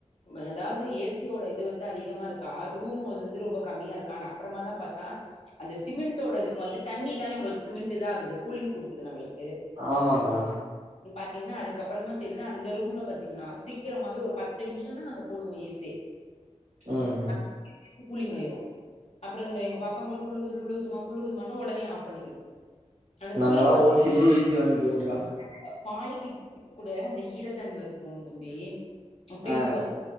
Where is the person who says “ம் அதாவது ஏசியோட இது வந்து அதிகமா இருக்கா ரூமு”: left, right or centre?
Left